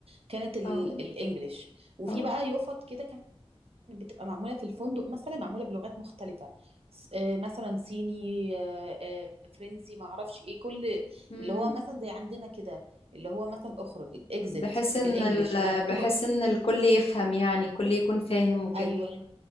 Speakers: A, on the right; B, on the left.
A: كانت ال-
B: اه
A: الإنجليش وفي
B: اه
A: بقى يفط كده كانت بتبقى معمولة في الفندق مثلا معمولة بلغات مختلفة س- آه، مثلا صيني آه، آه، فرنسي معرفش إيه كل
B: مم.
A: اللي هو مثلا زي عندنا كده اللي هو مثلا أخرج إكزيت
B: بحيث ان
A: بالإنجليش
B: ال...
A: مكتوبة
B: بحيث ان الكل يفهم يعني الكل يكون فاهم وكده
A: أيوه